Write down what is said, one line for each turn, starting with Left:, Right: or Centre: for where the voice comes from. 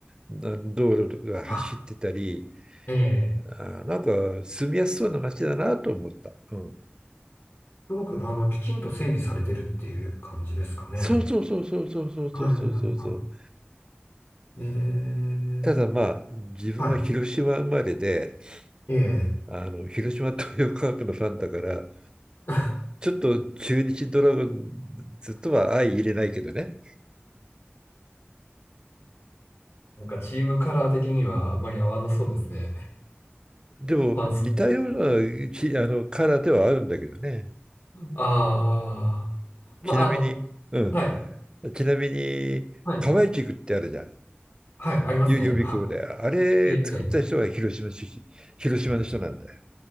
Right: な道路が走ってたり、
Left: あ、ええ。
Right: あなんか住みやすそうな街だなと思った。うん。
Left: すごく、あの、きちんと整備されてるっていう感じですかね。
Right: そうそうそうそうそうそうそうそうそうそう。
Left: はい、はい、はい。ええ
Right: ただまあ、自分は広島生まれで、
Left: はい。ええ。
Right: あの、広島東洋カープのファンだから、
Left: <laughs>
Right: ちょっと中日ドラゴンズとは相入れないけどね。
Left: なんかチームカラー的にはあんまり合わなそうですね。
Right: でも、
Left: ファンス。
Right: 似たようなち、あの、カラーではあるんだけどね。
Left: ああ。まあ、
Right: ちなみに、
Left: あの、
Right: うん。
Left: はい。
Right: ちなみに、
Left: はい。
Right: 河合塾ってあるじゃん。
Left: はい。ありますね。
Right: よ予備校で。
Left: は
Right: あれ作った人は広島出身、
Left: い。ええ。
Right: 広島の人なんだよ。